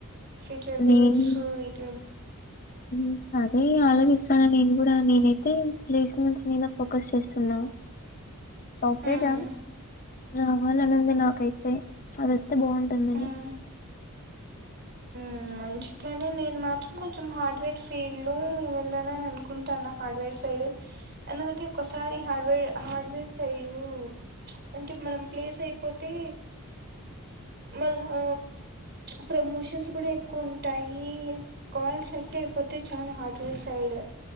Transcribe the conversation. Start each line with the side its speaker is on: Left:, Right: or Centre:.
Right: ఫ్యూచర్
Left: నేను
Right: గోల్ సు ఇట లమ్ <unintelligible>
Left: హ్మ్ అదే ఇగ ఆలోచిస్తాన నేను కూడా నేనైతే ప్లేస్ మెంట్స్ మీద ఫోకస్ చేస్తున్నా సాఫ్ ట్
Right: మ్మ్
Left: వెర్ జాబు రావాలని ఉంది నాకైతే చ్ అదిొస్తే బాగుంఉంటుందని
Right: మ్మ్ ఆ మంచి ప్లానే నేను మాత్రం కొంచెం హార్డ్ వేర్ ఫీల్డ్ లో వెళ్ళాలని అనుకుంటాన హార్డ్ వెర్ సైడ్ ఎందుకంటే ఒక్కోసారి హార్డ్వేర్ హార్డ్వేర్ సైడూ అంటే మనం ప్లేస్ అయిపోతే మళ్ళా ప్రమోషన్స్ గూడ ఎక్కుఉంటాయి, కాల్ సెట్ అయిపోతే చాలు హార్డ్వేర్ సైడ్